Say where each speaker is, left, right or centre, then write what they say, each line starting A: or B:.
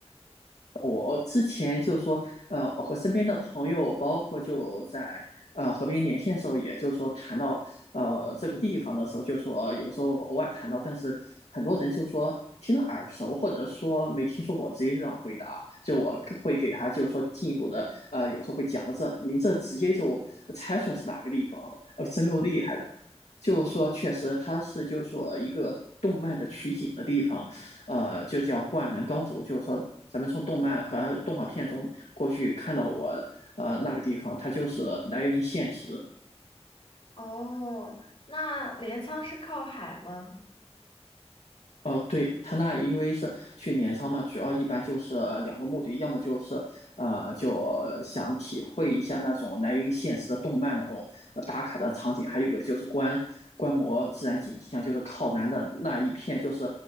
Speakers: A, on the left; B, on the left.
A: 我之前就说，呃，我和身边的朋友，包括就在呃和别人连线的时候，也就是说谈到呃这个地方的时候，就说有时候偶尔谈到，但是很多人就说听着耳熟，或者说没听说过，直接这样回答，就我会给他就是说进一步的，呃，有时候会讲到这，您这直接就猜出来是哪个地方的，呃，真够厉害的。就是说，确实它是就是说一个动漫的取景的地方，呃，就叫《灌篮高手》，就是说咱们从动漫和动画片中过去看到我呃那个地方，它就是来源于现实。
B: 哦，那镰仓是靠海吗？
A: 哦，对，他那因为是去镰仓嘛，主要一般就是呃两个目的，要么就是呃，就想体会一下那种来源于现实的动漫那种呃打卡的场景，还有个就是观观摩自然景象，就是靠南的那一片，就是